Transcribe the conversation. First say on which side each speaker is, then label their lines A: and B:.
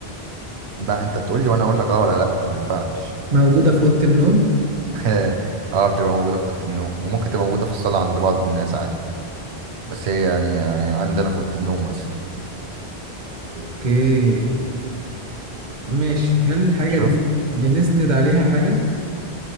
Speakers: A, on the right (about 80°); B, on the right (about 45°).
A: لا أنت تقول لي وأنا أقول لك أه ولا لأ ما ينفعش
B: موجودة في أوضة النوم؟
A: <laughs> أه بتبقى موجودة في أوضة النوم وممكن تبقى موجودة في الصالة عند بعض الناس عادي بس هي يعني يعني عندنا في أوضة النوم مثلا
B: اوكي ماشي هل الحاجة
A: شوف
B: دي بنسند عليها حاجة؟